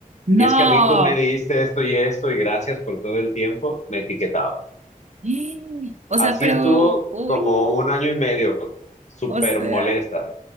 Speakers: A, on the right; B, on the left.
A: No.
B: Y es que a mí tú me diste esto y esto y gracias por todo el tiempo, me etiquetaba.
A: <gasps> Eh, O
B: Así
A: sea, pero.
B: estuvo
A: Uy,
B: como
A: no.
B: un año y medio, súper
A: O sea.
B: molesta.